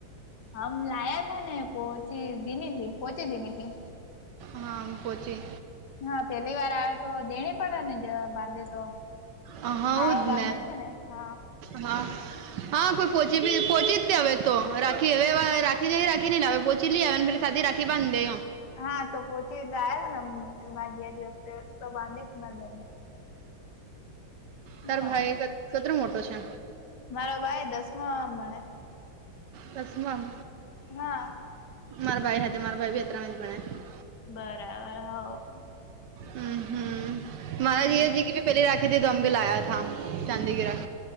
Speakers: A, on the left; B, on the right.
A: હમ લાયા થા ને પહચી દની થી પહચી દિની થી
B: હા પછી
A: હા પેલી વાર આવે તો દેણી પડે ને બાંધે તો
B: હ
A: હાળો
B: જ
A: બાંધે
B: ને
A: છે હા
B: હા હા કોઈ પોચી પોોચી જ દે હવે તો રાખી હવે રાખી જ રાખીને હ પોહચી લે આવેને સાદી રાખી બાંધ દે
A: હા તો પોચી્યા હતા ને મારી જ જે તો બાંધી મારી ભાઈને
B: તાર
A: હ
B: ભાઈ કટરો મોટો છે
A: મારો ભાઈ દસમા આમ ભણે
B: દસમાંમ
A: નાા
B: મારા ભાઈ સાથે મારા ભાઈ ભીતરામાં જ ભણે
A: બરાબર હ
B: હમ હમ
A: હમ
B: મારાજીજી કે ભી પેલી રાખી. કતે દમગ લાયા થ ચંદીગ્રહેના.